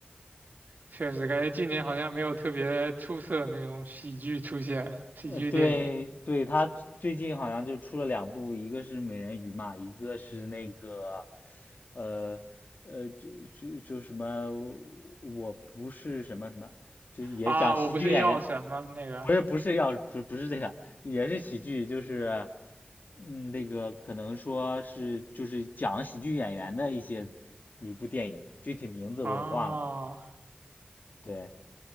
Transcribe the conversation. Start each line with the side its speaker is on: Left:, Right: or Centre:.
Right: 确实，感觉今年好像没有特别出色的那种喜剧出现，喜剧电影
Left: 呃，对对，他最近好像就出了两部，一个是美人鱼嘛，一个是那个呃呃，就就就什么我不是什么什么，就也讲喜剧演员，
Right: 啊，我不是药神吗？那个
Left: 不是不是要不不是这个，也是喜剧，就是嗯那个可能说是就是讲喜剧演员的一些一部电影，具体名字我也忘了，
Right: 啊。
Left: 对。